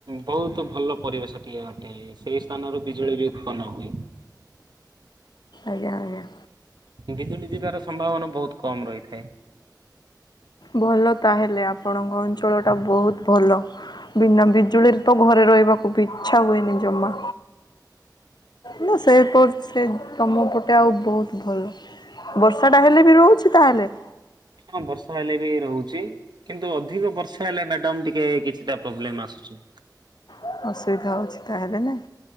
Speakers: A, on the right; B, on the left.
A: ବହୁତ୍ ଭଲ ପରିବେଶ ଟିଏ ଅଟେ, ସେହି ସ୍ଥାନରୁ ବିଜୁଳି ବି ଉତ୍ପନ୍ନ ହୁଏ।
B: ଆଜ୍ଞା, ଆଜ୍ଞା।
A: ବିଜୁଳି ଯିବାର ସମ୍ଭାବନା ବହୁତ କମ୍ ରହିଥାଏ।
B: ଭଲ ତାହେଲେ ଆପଣଙ୍କ ଅଞ୍ଚଳଟା ବହୁତ ଭଲ। ବିନା ବିଜୁଳିରେ ତ ଘରେ ରହିବାକୁ ବି ଇଚ୍ଛା ହୁଏନି ଜମା। ନା ସେଇ କରୁ ସେ ତମ ପଟେ ଆଉ ବହୁତ୍ ଭଲ, ବର୍ଷାଟା ହେଲେ ବି ରହୁଛି ତାହେଲେ?
A: ହଁ ବର୍ଷା ହେଲେ ବି ରହୁଛି। କିନ୍ତୁ ଅଧିକ ବର୍ଷା ହେଲେ ମ୍ୟାଡାମ୍ ଟିକେ କିଛିଟା ପ୍ରୋବ୍ଲେମ ଆସୁଛି।
B: ଆଉ ସେଇଟା ହେଉଛି ତାହେଲେ ନାଇଁ,